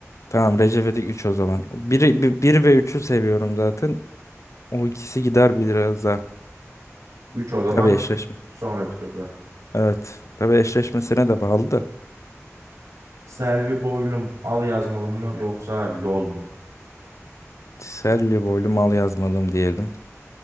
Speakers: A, on the left; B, on the right.
A: Tamam Recep İvedik üç o zaman. Biri, bir, ve üçü seviyorum zaten. O ikisi gider biraz daha.
B: 3 o zaman
A: Tabii eşleşme.
B: sonraki turda.
A: Evet. Tabii eşleşmesine de bağlı da.
B: Selvi Boylum al yazmalım mı yoksa yol mu?
A: Selvi boylu mal yazmadım diyelim.